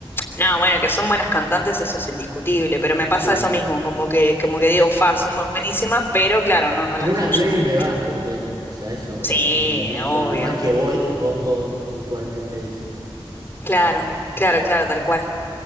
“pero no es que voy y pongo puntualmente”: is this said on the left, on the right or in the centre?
Right